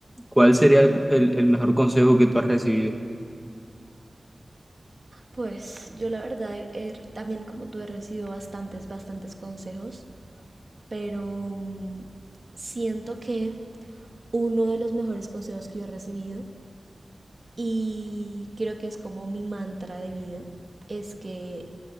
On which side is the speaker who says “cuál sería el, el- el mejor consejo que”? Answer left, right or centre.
Centre